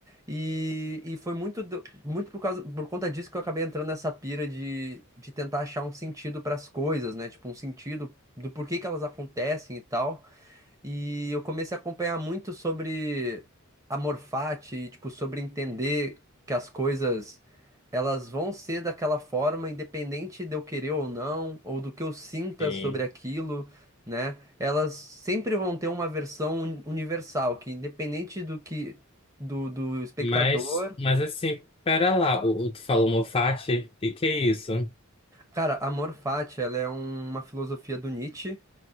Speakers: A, on the right; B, on the left.
A: E, e foi muito, do- muito por causa, por conta disso que eu acabei entrando nessa pira de, de tentar achar um sentido para as coisas, né? Tipo, um sentido do porquê que elas acontecem e tal. E eu comecei a acompanhar muito sobre amor fati, e, tipo, sobre entender que as coisas elas vão ser daquela forma, independente de eu querer ou não, ou do que eu sinta
B: sim.
A: sobre aquilo, né? Elas sempre vão ter uma versão uni- universal, que independente do que do, do espectador.
B: Mas, mas assim, pera lá, o, o- tu falou Moffat? O que que é isso?
A: Cara, amor fati, ela é um- uma filosofia do Nietzsche